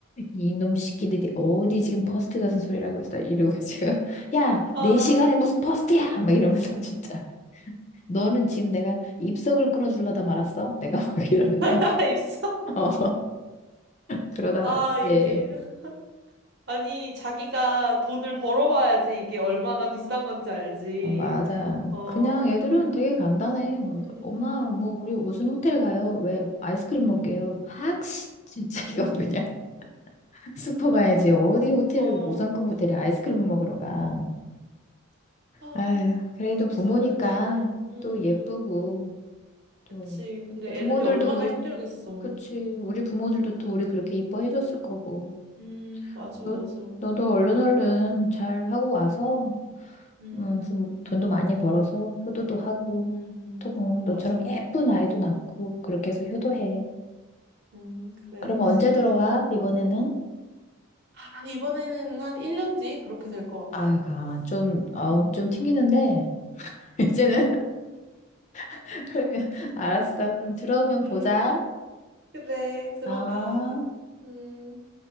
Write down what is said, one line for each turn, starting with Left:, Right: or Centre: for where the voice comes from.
Left: 이놈 새끼들이 어디 지금 퍼스트 같은 소리라고 있어 이러고 지금 <laughs> 야,
Right: 아.
Left: 내 시간에 무슨 퍼스트야? 막 이러면서 <laughs> 진짜. 너는 지금 내가 입석을 끊어주려다 말았어? 내가 막 <laughs> 이러는데.
Right: <laughs> 입사?
Left: 어, 그러다
Right: 아,
Left: 왔지.
Right: 이게. 아니, 자기가 돈을 벌어봐야지 이게 얼마나 비싼 건지 알지.
Left: 어, 맞아.
Right: 어,
Left: 그냥 애들은 되게 간단해. 뭐,
Right: 음,
Left: 엄마,
Right: 음,
Left: 뭐, 우리 무슨 호텔 가요? 왜? 아이스크림 먹게요. 학씨. 진짜 이거 그냥 <laughs> 슈퍼 가야지. 어디 호텔,
Right: 어,
Left: 5성급 호텔에 아이스크림을 먹으러 가.
Right: 아,
Left: 아휴, 그래도
Right: 맞아.
Left: 부모니까
Right: 근데, 음,
Left: 또 예쁘고,
Right: 음,
Left: 또.
Right: 그치. 근데
Left: 우리 부모들도
Right: 애들이 얼마나
Left: 우리,
Right: 힘들겠어.
Left: 그치. 우리 부모들도 또 우리 그렇게 이뻐해줬을 거고.
Right: 음, 맞아,
Left: 너,
Right: 맞아.
Left: 너도 얼른 얼른 잘 하고 와서,
Right: 음,
Left: 음, 부- 돈도 많이 벌어서 효도도 하고,
Right: 음, 음.
Left: 또 음,
Right: 맞아.
Left: 너처럼 예쁜 아이도 낳고, 그렇게 해서 효도해.
Right: 음, 그래야지.
Left: 그럼 언제 들어와, 이번에는?
Right: 아, 이번에는 한 1년 뒤 그렇게 될 것
Left: 아유,
Right: 같다.
Left: 아, 좀, 아우,
Right: 음,
Left: 좀 튕기는데.
Right: 음,
Left: <laughs> 이제는. <laughs> 그러면, 알았어. 그럼 들어오면
Right: 음,
Left: 보자.
Right: 그래, 들어가.
Left: 아.
Right: 음.